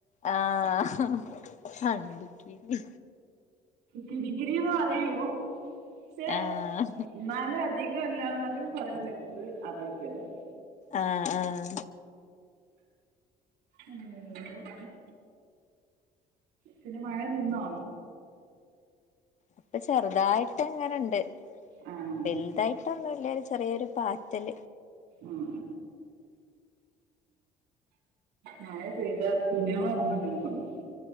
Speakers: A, on the left; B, on the right.
A: അഹ് അണ്ടിക്കിരി
B: കിരി കിരി എന്നു പറയും പക്ഷെ
A: ആഹ്
B: എന്നാലും അധികം എല്ലാരും പറയുന്നകേൾക്കാണ് അതെ പേരാണ്
A: ആഹ ആഹ
B: ഉം പിന്നെ മഴ നിന്നോ
A: അപ്പൊ ചെറുതായിട്ട് എങ്ങനുണ്ട്
B: ആഹ്
A: വലുതായിട്ടൊന്നും ഇല്ല ചെറിയൊരു പാറ്റൽ
B: ഉം മഴ പെയ്താൽ തുണികൾ ഉണങ്ങാനാണ് പണി